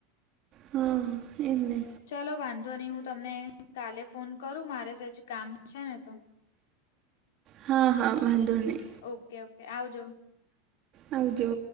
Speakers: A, on the right; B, on the left.
A: હા. એમને.
B: ચલો વાંધો નહી હું તમને કાલે ફોન કરું મારેજ કામ છે ને તો
A: હા હા વાંધો નહી.
B: ઓકે ઓકે આવજો.
A: આવજો.